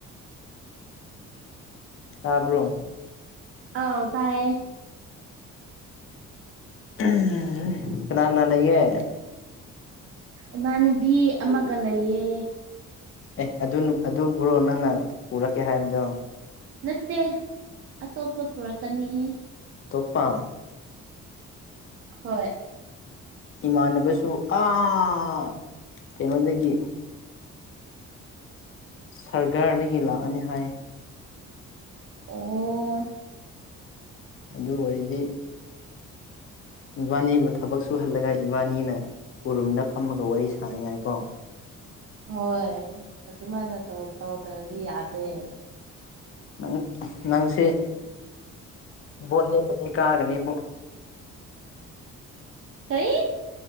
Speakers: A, on the left (about 45°); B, on the right (about 45°).
A: ꯇꯥꯕ꯭ꯔꯣ
B: ꯑꯧ ꯇꯥꯏꯌꯦ
A: ꯎꯝꯍꯝ ꯀꯅꯥ ꯀꯅꯥ ꯂꯩꯒꯦ
B: ꯏꯃꯥꯟꯅꯕꯤ ꯑꯃꯒ ꯂꯩꯌꯦ
A: ꯑꯦ ꯑꯗꯨ ꯑꯗꯨꯕꯨꯔꯣ ꯅꯪꯅ ꯄꯨꯔꯛꯀꯦ ꯍꯥꯏꯕꯗꯣ
B: ꯅꯠꯇꯦ ꯑꯇꯣꯞꯄ ꯄꯨꯔꯛꯀꯅꯤꯍꯦ
A: ꯄꯥꯝ
B: ꯍꯣꯏ
A: ꯏꯃꯥꯟꯅꯕꯁꯨ ꯑꯥ ꯀꯩꯅꯣꯗꯒꯤ ꯁ꯭ꯔꯒꯔꯗꯒꯤ ꯂꯥꯛꯑꯅꯤ ꯍꯥꯏ
B: ꯑꯣ
A: ꯑꯗꯨ ꯑꯣꯏꯔꯗꯤ ꯃꯕꯥꯅꯤꯕꯨ ꯊꯕꯛ ꯁꯨꯍꯜꯂꯒ ꯏꯕꯥꯅꯤꯅ ꯎꯔꯨꯝꯗ ꯐꯝꯃꯒ ꯋꯥꯔꯤ ꯁꯥꯅꯤꯡꯉꯥꯏꯀꯣ
B: ꯍꯣꯏ ꯑꯗꯨꯃꯥꯏꯅ ꯇꯧ ꯇꯧꯗꯔꯗꯤ ꯌꯥꯗꯦ
A: ꯅꯪ ꯅꯪꯁꯦ ꯕꯣꯠ ꯂꯦꯞꯄꯗꯤ ꯀꯥꯒꯅꯤꯕꯨ
B: ꯀꯔꯤ